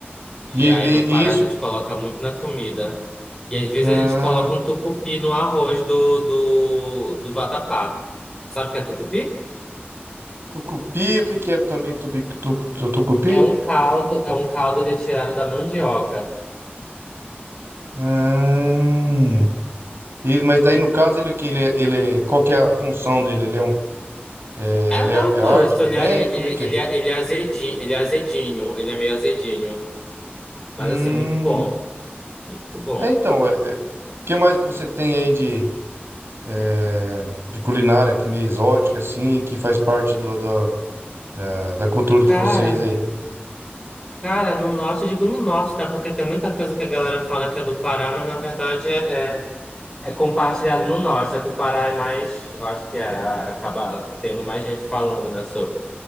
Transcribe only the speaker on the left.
E
aí no
Pará
a gente coloca muito na comida. E às vezes
a gente coloca um tucupi no arroz do, do, do vatapá. Sabe o que é tucupi?
É um caldo, é um caldo ele é tirado da mandioca.
É,
dá
o gosto,
ele é, ele,
ele,
ele
é, ele é azedinho, ele é azedinho, ele é meio azedinho.
Mas assim, muito bom, muito bom.
Cara,
Cara, no norte, eu digo no norte, tá? Porque tem muita coisa que a galera fala que é do Pará, mas na verdade é, é, é compartilhado no norte. Só que o Pará é mais. eu Acho que é, acaba tendo mais gente falando, né? Sobre.